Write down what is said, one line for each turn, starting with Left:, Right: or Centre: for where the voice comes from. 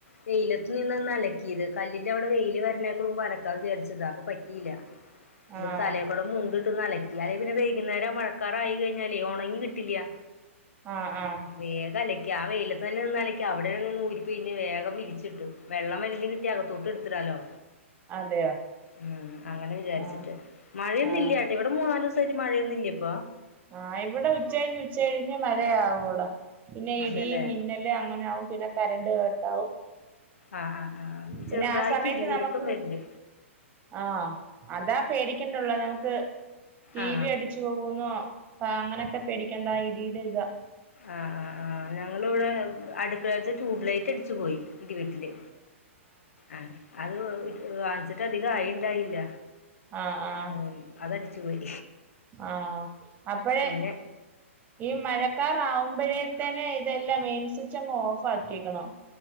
Left: വെയിലത്ത്ന്ന് നിന്ന്ന്നാ അലക്കിയത് കല്ലിന്റെ അവിടെ വെയില് വര്ണേക്ക്‌ മുമ്പ് അലക്കാന്ന് വിചാരിച്ചതാ അപ്പോ ഇല ഇന്നിട്ട്
Right: ആഹ്
Left: തലേക്കൂടെ മുണ്ട് ട്ട് അലക്കി അല്ലേ പിന്നെ വൈകുന്നേരം മഴക്കാറ് ആയി കഴിഞ്ഞാലേ ഒണ്ങ്ങി കിട്ടില്യാ.
Right: ആഹ് ആഹ്.
Left: വേഗം അലക്കി ആഹ് വെയിലത്ത്‌ നിന്ന്ന്നെ അലക്കി അവിടെ നിന്ന് ഊരി പീഞ്ഞ് വേഗം വിരിച്ചിട്ടു. വെള്ളം വലിഞ് കിട്ടിയാ അകത്തോട്ട് ഇട്ത്തിടാലോ.
Right: അതെയോ
Left: ഉം അങ്ങനെ വിചാരിച്ചിട്ട്
Right: ആഹ്
Left: മഴയൊന്നുല്ല.
Right: ആഹ്
Left: ഇവിടെ മൂന്നാല് ദിവസായിട്ട് മഴയൊന്നും ഇല്ലിപ്പൊ.
Right: ആഹ് ഇവിടെ ഉച്ച കഴിഞ് ഉച്ച കഴിഞ്ഞ് മഴയാവൂടാ. പിന്നെ
Left: അതെല്ലേ
Right: ഇടീം മിന്നല് അങ്ങനെ ആകും പിന്നെ കരന്റ് കട്ടാവും.
Left: ആഹ് ആഹ് ആഹ്
Right: പിന്നെ
Left: ചെറ്തായിട്ട്
Right: ആ സമയത്ത്
Left: ഇടിമുഴക്കം
Right: നമുക്ക്
Left: വര്ണ്ട്.
Right: ആഹ് അതാ പേടിക്കണ്ടുള്ള നമുക്ക്. ടി
Left: ആ
Right: വി അടിച്ചു പോകുന്നോ പ അങ്ങനൊക്കെ പേടിക്കണ്ട ആഹ് ഇടീടെ ഇതാ.
Left: ആഹ് ആഹ് ആഹ് ഞങ്ങള് ഇവിടെ അടുക്കളേതെ ട്യൂബ് ലൈറ്റ് അടിച്ചു പോയി. ഇടി വെട്ടില് ആഹ് അത് വാങ്ങിച്ചിട്ട് അധിക ആയിണ്ടായില്ല.
Right: ആഹ് ആഹ്
Left: ഉം അത അടിച്ചു പോയി.
Right: ആഹ് അപ്പഴേ.
Left: പിന്നെ
Right: ഈ മഴക്കാറ് ആവുമ്പഴേത്തന്നെ ഇതെല്ലാം മെയിൻ സ്വിച്ച് അങ്ങ് ഓഫ് ആക്ക്യേക്കണം.